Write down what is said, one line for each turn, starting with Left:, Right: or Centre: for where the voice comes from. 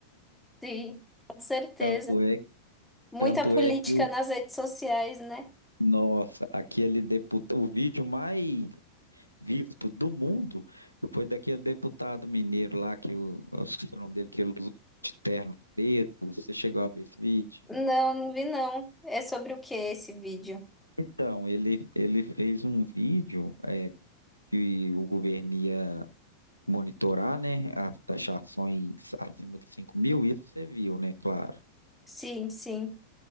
Centre: Sim, com certeza.
Right: Tanto é,
Centre: Muita
Right: tanto
Centre: política
Right: é que o
Centre: nas redes sociais, né?
Right: nossa, aquele deputado, o vídeo mais visto do mundo foi daquele deputado mineiro lá que o, eu esqueci o nome dele, que ele de terno preto. Você chegou a ver esse vídeo?
Centre: Não, não vi não. É sobre o que esse vídeo?
Right: Então, ele ele fez um vídeo é, que o governo ia monitorar, né, as taxações acima de 5 mil, isso você viu, né, claro.
Centre: Sim, sim.